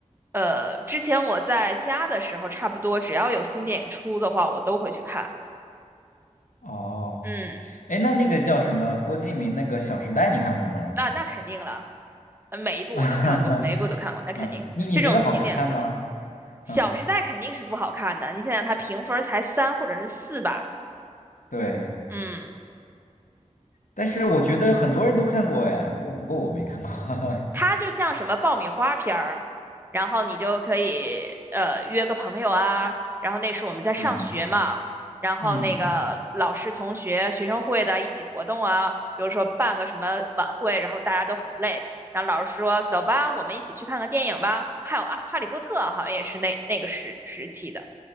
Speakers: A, on the right; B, on the left.
A: 呃，之前我在家的时候，差不多只要有新电影出的话，我都会去看。
B: 哦，
A: 嗯，
B: 哎，那那个叫什么郭敬明那个《小时代》，你看过吗？
A: 那那肯定了，呃每一部我都看过，
B: <laughs>
A: 每一部都看过，那肯定，
B: 嗯，你你觉得好看吗？
A: 这种经典肯定，
B: 嗯，
A: 《小时代》肯定是不好看的。你想想，它评分儿才三或者是四吧？
B: 对。
A: 嗯。
B: 但是我觉得很多人都看过哎，我不过我没看过。<laughs>
A: 它就像什么爆米花片儿，然后你就可以呃约个朋友啊，然后那时候我们在上学嘛，
B: 嗯
A: 然后那个老师、
B: 嗯，
A: 同学、学生会的一起活动啊，比如说办个什么晚会，然后大家都很累，然后老师说走吧，我们一起去看个电影吧，还有啊《哈利波特》好像也是那那个时时期的。